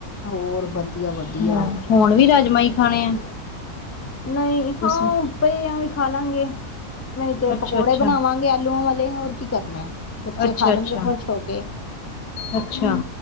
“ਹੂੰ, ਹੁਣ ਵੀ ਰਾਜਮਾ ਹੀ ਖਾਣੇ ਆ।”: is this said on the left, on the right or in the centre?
Left